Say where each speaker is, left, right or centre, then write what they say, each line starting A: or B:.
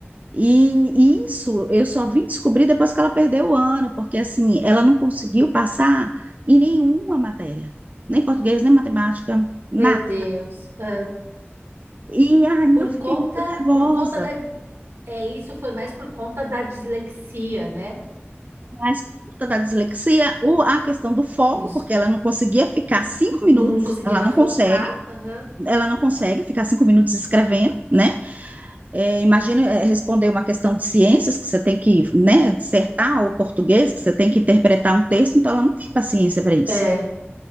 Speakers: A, on the right (about 35°); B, on the right (about 75°).
A: E isso eu só vim descobrir depois que ela perdeu o ano, porque assim, ela não conseguiu passar em nenhuma matéria, nem português, nem matemática, nada.
B: meu Deus. ah.
A: E aí
B: Por
A: eu fiquei
B: conta,
A: muito nervosa,
B: por conta da, é isso, foi mais por conta da dislexia, né?
A: mas por conta da dislexia, o, a questão do foco,
B: Isso.
A: porque ela não conseguia ficar cinco minutos,
B: Não conseguia
A: ela não
B: focar.
A: consegue,
B: Aham.
A: ela não consegue ficar cinco minutos escrevendo, né? É, imagina é, responder uma questão de ciências, que você tem que, né, dissertar, ou português, que você tem que interpretar um texto, então ela não tem paciência para isso,
B: É,